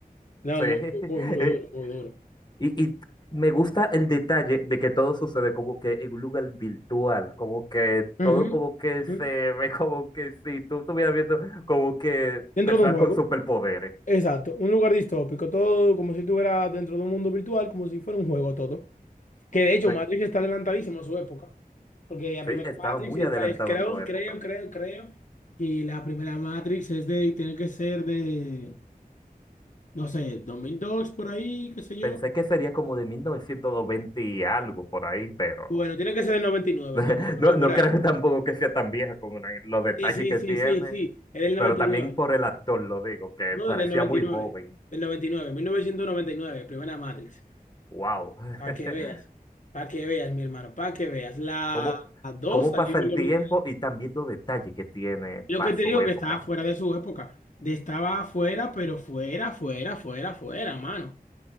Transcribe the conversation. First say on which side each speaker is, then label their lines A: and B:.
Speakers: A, on the left (about 55°); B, on the left (about 30°).
A: No,
B: sí.
A: muy,
B: <laughs>
A: muy, muy
B: Eh,
A: duro, muy duro.
B: Y, y me gusta el detalle de que todo sucede como que en un lugar virtual, como que todo
A: Ujú,
B: como que
A: ujú.
B: se ve <laughs> como que si tú estuvieras viendo como que
A: Dentro
B: personas
A: de un juego.
B: con superpoderes.
A: Exacto, un lugar distópico, todo como si estuviera dentro de un mundo virtual, como si fuera un juego todo. Que de hecho
B: Sí.
A: Matrix está adelantadísimo a su época, porque la
B: Sí,
A: primera
B: estaba
A: Matrix
B: muy
A: está-
B: adelantado
A: es- creo,
B: a su época.
A: creo, creo, creo que la primera Matrix es de, tiene que ser de, no sé, 2002 por ahí, qué sé yo.
B: Pensé que sería como de 1920 y algo por ahí, pero
A: Bueno, tiene que ser del 99,
B: <laughs>
A: entonces,
B: no,
A: pero es
B: no
A: por ahí.
B: creo tampoco que sea tan vieja con una- los detalles
A: Sí, sí,
B: que
A: sí,
B: tiene,
A: sí, sí, es del 99,
B: pero también por el actor lo digo, que
A: no,
B: parecía
A: del 99,
B: muy joven.
A: del 99, 1999, primera Matrix.
B: ¡Wow! <laughs>
A: Para que veas, para que veas, mi hermano, para que veas. La
B: ¿Cómo,
A: 2
B: cómo
A: salió
B: pasa
A: en
B: el
A: el dos
B: tiempo
A: mil
B: y también los detalles que tiene
A: Y Lo
B: para
A: que te
B: su
A: digo
B: época?
A: que estaba fuera de su época. De estaba fuera, pero fuera, fuera, fuera, fuera, mano.